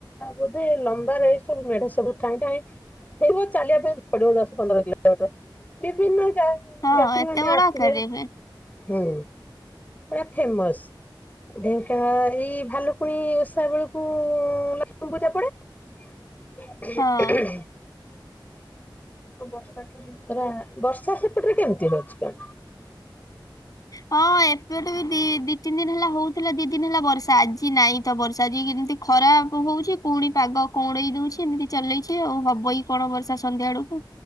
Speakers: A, on the left; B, on the left.
A: ବୋଧେ ଲମ୍ବାରେ ସବୁ ମେଢ ସବୁ ଠାଇଁ ଠାଇଁ। ହେଇବ ଚାଲିବା ପାଇଁ ପଡିବ ଦଶ ପନ୍ଦର କିଲୋମିଟର ବିଭିନ୍ନ ଜାଗା
B: ହଁ
A: ଯାତ୍ରୀ
B: ଏତେ
A: ମାନେ
B: ବଡ
A: ଆସିବେ
B: ଆକାରରେ ହୁଏ
A: ହୁଁ ପା ଫେମସ୍। ଢେଙ୍କାନଳ ଏଇ ଭାଲୁକୁଣି ଓଷା ବେଳକୁ ଲକ୍ଷ୍ମୀ ପୂଜା ପଡେ। <unintelligible>
B: ହଁ।
A: ପୁରା ବର୍ଷା ସେପଟରେ କେମିତି ରହୁଛି କଣ।
B: ହଁ ଏପଟୁ ବି ଦି ତିନି ଦିନ ହେଲା ହଉଥିଲା ଦି ଦିନ ହେଲା ବର୍ଷା ଆଜି ନାଇଁ। ତ ବର୍ଷା ଯଏ ଏମିତି ଖରାପ ହଉଛି ପୁଣି ପାଗ କଅଁଲେଇ ଦଉଛି ଏମିତି ଚଲେଇଛି ଆଉ ହବକି କଣ। କଣ ବର୍ଷା ସନ୍ଧ୍ୟା ବେଳକୁ